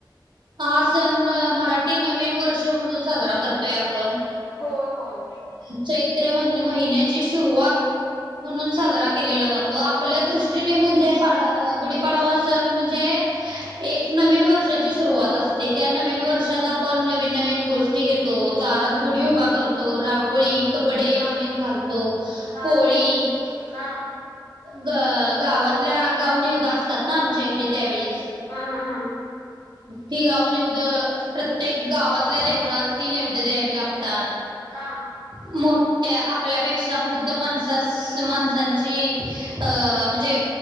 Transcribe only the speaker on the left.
होय होय
हा
हा
हा हा
ह हां हां.
हा.